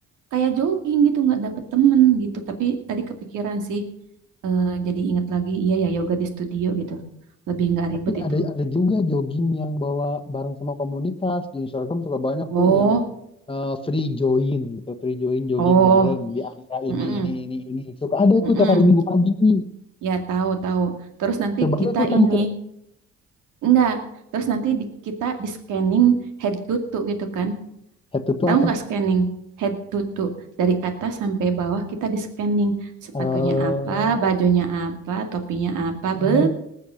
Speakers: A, on the right; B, on the left.
A: kayak jogging gitu nggak dapet temen gitu tapi tadi kepikiran sih eh, jadi ingat lagi iya ya yoga di studio gitu lebih nggak ribet
B: Tapi ada
A: itu
B: ada juga jogging yang bawa bareng sama komunitas di Instagram suka banyak
A: oh
B: tuh yang eh, free join gitu, free join jogging
A: oh
B: bareng di area ini
A: mm-mm,
B: ini ini ini. Suka ada itu
A: mm-mm.
B: tiap hari Minggu pagi.
A: ya tahu tahu terus nanti
B: Coba
A: kita
B: aja ikutan
A: ini
B: ke
A: enggak terus nanti di, kita di scanning head to toe gitu kan
B: itu tuh
A: Tahu
B: apa?
A: nggak scanning? Head to toe. Dari atas sampai bawah kita di scanning. Sepatunya
B: Eh
A: apa, bajunya apa, topinya apa. Be,
B: apa?